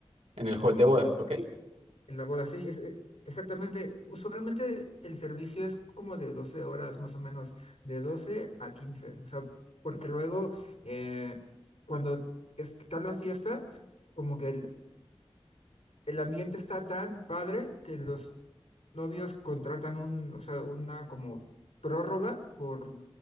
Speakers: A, on the right; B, on the left.
A: en el hall de bodas, ¿ok?
B: en la boda, sí, es- eh, exactamente. Usualmente el servicio es como de 12 horas más o menos, de doce a quince O sea, porque luego eh, cuando está la fiesta, como que el- el ambiente está tan padre que los novios contratan un, o sea, una como prórroga por